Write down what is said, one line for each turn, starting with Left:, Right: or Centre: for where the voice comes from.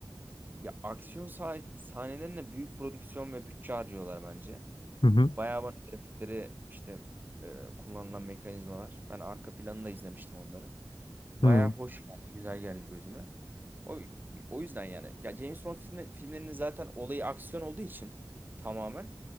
Right: Ya aksiyon sah- sahnelerine büyük prodüksiyon ve bütçe harcıyorlar bence.
Left: Hı hı.
Right: Bayağı bana grafikleri işte e, kullanılan mekanizmalar. Ben arka planını da izlemiştim onların. Bayağı
Left: Hı
Right: hoş geldi, güzel geldi gözüme. O, o yüzden yani. Ya James Bond filmi, filmlerinin zaten olayı aksiyon olduğu için tamamen